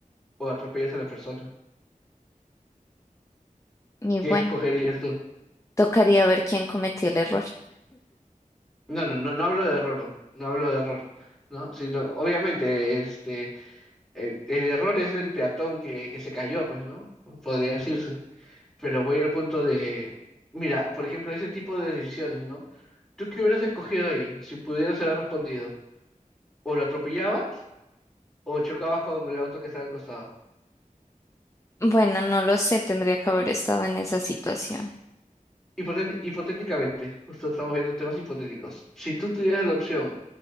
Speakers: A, in the centre; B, on the left.
A: o atropellas a la persona.
B: Y
A: ¿Qué
B: bueno.
A: escogerías tú?
B: Tocaría ver quién cometió el error.
A: No, no, no, no hablo de error, no hablo de error, ¿no? Sino, obviamente, este, el, el error es del peatón que, que se cayó, pues, ¿no? Podría decirse. Pero voy al punto de, mira, por ejemplo, ese tipo de decisiones, ¿no? ¿Tú qué hubieras escogido ahí si pudieras haber respondido? ¿O lo atropellabas o chocabas con el auto que estaba al costado?
B: Bueno, no lo sé, tendría que haber estado en esa situación.
A: Hipotéti- hipotéticamente, justo estamos viendo temas hipotéticos. Si tú tuvieras la opción